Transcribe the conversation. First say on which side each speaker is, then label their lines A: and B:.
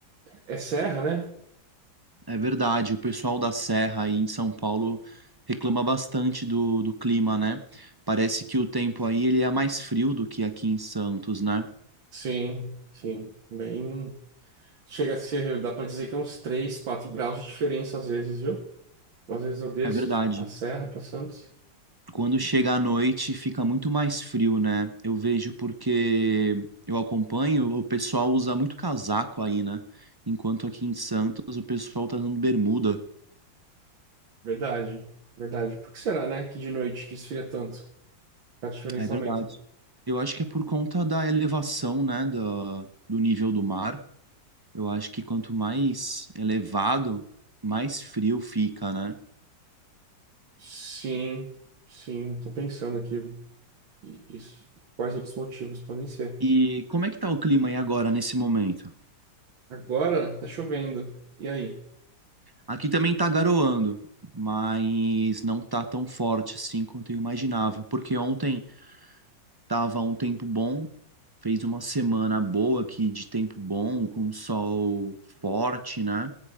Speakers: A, on the right; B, on the right.
A: É serra, né?
B: É verdade, o pessoal da Serra aí em São Paulo reclama bastante do, do clima, né? Parece que o tempo aí ele é mais frio do que aqui em Santos, né?
A: Sim, sim. Bem. Chega a ser, dá pra dizer que é uns 3 4 graus de diferença às vezes, viu? Às vezes eu desço
B: É verdade.
A: a serra pra Santos.
B: Quando chega à noite fica muito mais frio, né? Eu vejo porque eu acompanho, o pessoal usa muito casaco aí, né? Enquanto aqui em Santos o pessoal tá usando bermuda.
A: Verdade, verdade. Por que será, né, que de noite que esfria tanto? A diferença
B: É verdade.
A: aumenta.
B: Eu acho que é por conta da elevação, né, da, do nível do mar. Eu acho que quanto mais elevado, mais frio fica, né?
A: Sim, sim, tô pensando aqui. E Isso, quais outros motivos podem ser?
B: E como é que tá o clima aí agora, nesse momento?
A: Agora tá chovendo. E aí?
B: Aqui também tá garoando, mas não tá tão forte assim quanto eu imaginava, porque ontem tava um tempo bom, fez uma semana boa aqui de tempo bom, com sol forte, né?